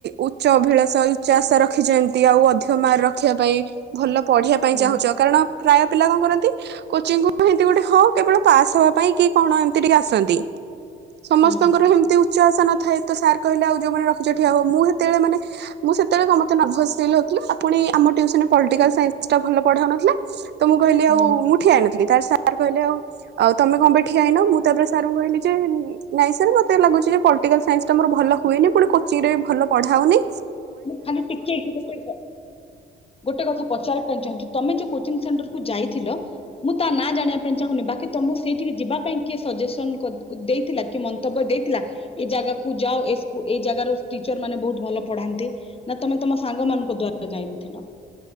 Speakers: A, on the right; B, on the left.
A: ଉଚ୍ଚ ଅଭିଳାଷ ଉଚା ଆଶା ରଖିଛିନ୍ତି ଏମିତି ଆଉ ଆଉ ଅଧିକ ମାର୍କ ରଖିବା ପାଇଁ ଭଲ ପଢିବା ପାଇଁ
B: ହୁଁ
A: ଚାହୁଁଛ କାରଣ ପ୍ରାୟ ପିଲା କଣ କରନ୍ତି କୋଚିଙ୍ଗକୁ ହିନ୍ତି ଗୋଟେ ହଁ କେବଳ ପାସ୍ ହବା ପାଇଁ କି କଣ ଏମତି ଟିକେ ଆସନ୍ତି। ସମସ୍ତଙ୍କର
B: ହଁ
A: ହେମିତି ଉଚା ଆସା ନ ଥାଏ ତ ସାର୍ କହିଲେ ଆଉ ଯୋଉ ମାନେ ରଖିଛ ଠିଆ ହୁଅ ମୁଁ ସେତେବେଳେ ମାନେ ମୁଁ ସେତେବେଳେ ମାନେ ନଭ୍ରସ ଫିଲ ହଉଥିଲା ଆଉ ପୁଣି କି ଆମ ଟିଉସନରେ ପଲିଟିକାଲ ସାଇସ୍ନି ଟା ଭଲ ପଢା ହଉ ନ ଥିଲା ତ ମୁଁ କହିଲି
B: ହୁଁ
A: ଆଉ ମୁଁ ଠିଆ ହେଇନଥିଲି ତାପରେ ସାର୍ ସାର୍ କହିଲେ ଆଉ ଆଉ ତମେ କଣ ପାଇଁ ଠିଆ ହେଇନ ମୁଁ ତାପରେ ସାରଙ୍କୁ କହିଲି ଯେ ନାଇଁ ସାର ମତେ ଲାଗୁଛି ଯେ ପଢା ପ୍ଲାଟିକାଲ ସାଇସ୍ନୀଟା ମୋର ଭଲ ହୁଏନି ପୁଣି କୋଚିଙ୍ଗ ରେ ବି ଭଲ ପଢାହଉ ନି।
B: ଖାଲି ଟିକେ ଏଠୀ ଗୋଟେ ଗୋଟେ କଥା ପଚାରିବା ପାଇଁ ଚାହୁଁଛି ତମେ ଯୋଉ କୋଚିଂ ସେଣ୍ଟରକୁ ଯାଇଥିଲ ମୁଁ ତା ନାଁ ଜାଣିବା ପାଇଁ ଚାହୁଁନି ବାକି ତମକୁ ସେଇଠିକି ଯିବାକୁ ସେଥିପାଇଁ କିଏ ସଜେସ ଦେଇଥିଲା କି ମନ୍ତବ୍ୟ ଦେଇଥିଲା ଏ ଜାଗାକୁ ଯାଅ ଏ ଜାଗାକୁ ଟିଚର ମାନେ ବହୁତ ଭଲ ପଢାନ୍ତି ନା ତମେ ତମ ସାଙ୍ଗ ମାନଙ୍କ ଦ୍ଵାରା ଯାଇଥିଲ?